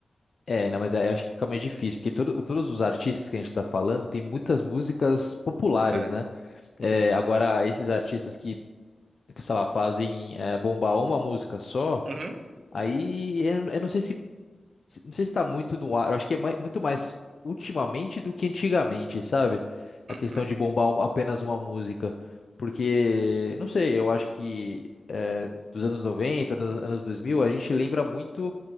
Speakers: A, on the left; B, on the right.
A: É, não, mas aí eu acho que fica mais difícil, porque todo- todos os artistas que a gente tá falando tem muitas músicas populares,
B: É.
A: né? É,
B: Uhum,
A: agora, esses artistas que, sei lá, fazem é, bombar uma música só,
B: uhum,
A: aí eu, eu não sei se se- Não sei se está muito no ar, eu acho que é mai- muito mais ultimamente do que antigamente, sabe? A
B: uhum.
A: questão de bombar uma- apenas uma música. Porque, não sei, eu acho que eh, dos anos 90, dos anos 2000, a gente lembra muito